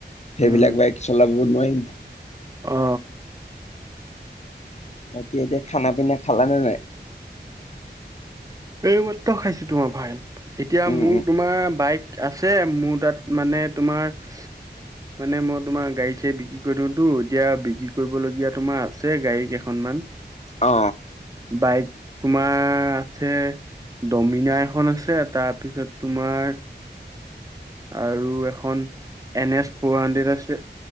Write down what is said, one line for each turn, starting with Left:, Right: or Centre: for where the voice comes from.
Left: সেইবিলাক
Right: উম
Left: বাইক চলাব নোৱাৰিম
Right: অ
Left: বাকী এতিয়া খানা পিনা খালা নে নাই
Right: এই মাত্ৰ খাইছো তোমাৰ ভাইল এতিয়া
Left: উম
Right: মোৰ
Left: উম
Right: তোমাৰ বাইক আছে ছে মোৰ তাত মানে তোমাৰ
Left: <unintelligible>
Right: মানে মই তোমাৰ গাড়ী চাড়ী বিক্ৰী কৰি দিওতো এতিয়া বিক্ৰী কৰিবলগীয়া তোমাৰ আছে গাড়ী কেইখনমান
Left: অ
Right: বাইক তোমাৰ আছে দমিনাৰ এখন আছে তাৰপিছত তোমাৰ আৰু এখন এন এছ ফ'ৰ হাণ্ড্ৰেড আছে